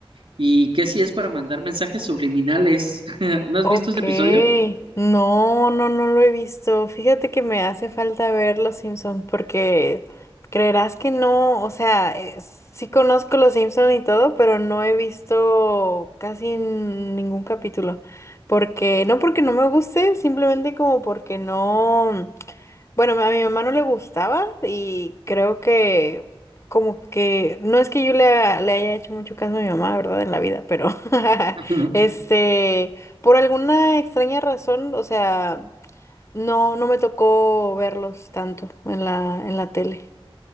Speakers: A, on the right; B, on the left.
A: ¿Y qué si es para mandar mensajes subliminales? <laughs> ¿No has
B: Ok,
A: visto ese episodio?
B: no, no, no lo he visto. Fíjate que me hace falta ver Los Simpson porque creerás que no, o sea, eh, sí conozco Los Simpson y todo, pero no he visto casi ningún capítulo. Porque, no porque no me guste, simplemente como porque no. Bueno, a mi mamá no le gustaba y creo que como que no es que yo le, ha- le haya hecho mucho caso a mi mamá, ¿verdad? En la vida, pero <laughs>
A: <laughs>
B: este, por alguna extraña razón, o sea, no, no me tocó verlos tanto en la, en la tele,